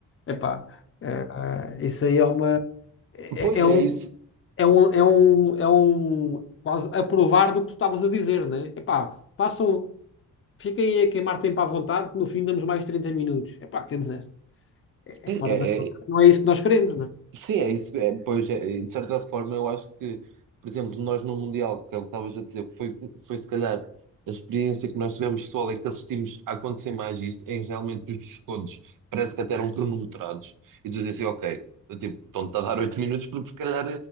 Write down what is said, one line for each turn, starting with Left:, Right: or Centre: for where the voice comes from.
Left: Epá, é, isso aí é uma. É,
Right: Pois
Left: é
Right: é
Left: um,
Right: isso.
Left: é um, é um, é um, quase a provar do que tu estavas a dizer, né? Epá, passam, fiquem aí a queimar tempo à vontade, que no fim damos mais 30 minutos. Epá, quer dizer, é,
Right: Sim,
Left: é fora
Right: É,
Left: da.
Right: é,
Left: Não é isso que nós queremos, né?
Right: Sim, é isso. É, pois, é, e de certa forma, eu acho que, por exemplo, nós no Mundial, que é o que estavas a dizer, foi, foi se calhar a experiência que nós tivemos pessoal é que assistimos a acontecer mais isso, em realmente os descontos parece que até eram cronometrados. E tu dizes assim, ok, eu, tipo, estão-te a dar 8 minutos, porque se calhar.